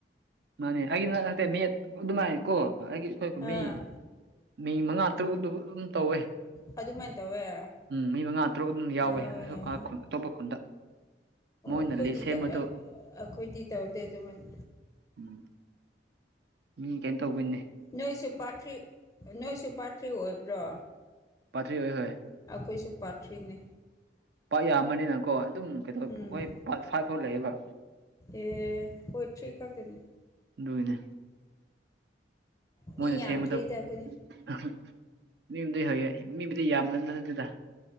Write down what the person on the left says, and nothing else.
ꯑꯥ
ꯑꯗꯨꯃꯥꯏꯅ ꯇꯧꯋꯦ ꯑꯥ
ꯑꯣ
ꯑꯣ
ꯑꯩꯈꯣꯏꯗꯤ
ꯑꯩꯈꯣꯏꯗꯤ ꯇꯧꯗꯦ ꯑꯗꯨꯃꯅ
ꯅꯣꯏꯁꯨ ꯄꯥꯊ꯭ꯔꯤ ꯅꯣꯏꯁꯨ ꯄꯥꯊ꯭ꯔꯤ ꯑꯣꯏꯕ꯭ꯔꯣ
ꯑꯩꯈꯣꯏꯁꯨ ꯄꯥꯊ꯭ꯔꯤꯅꯦ
ꯎꯝ
ꯑꯦ ꯍꯣꯏ ꯊ꯭ꯔꯤꯈꯛꯇꯅꯦ
ꯃꯤ ꯌꯥꯝꯗ꯭ꯔꯤꯗ
ꯑꯩꯈꯣꯏꯗꯤ